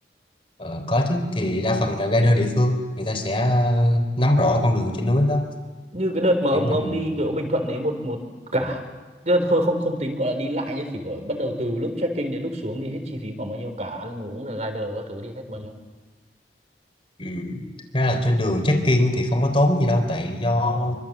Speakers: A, on the left (about 30°); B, on the right (about 40°).
A: ờ, có chứ thì đa phần là guider địa phương người ta sẽ ờ, nắm rõ con đường trên núi đó.
B: như cái đợt mà ông
A: Kiểu mình
B: ông đi kiểu Bình Thuận đấy một một cả tức là thôi không không tính gọi là đi lại nhé chỉ có bắt đầu từ lúc check-in đến lúc xuống thì hết chi phí khoảng bao nhiêu cả ăn uống rồi rider các thứ đi hết bao nhiêu
A: Ừ. Thực Ra là trên đường trekking thì không có tốn gì đâu tại do
B: ờ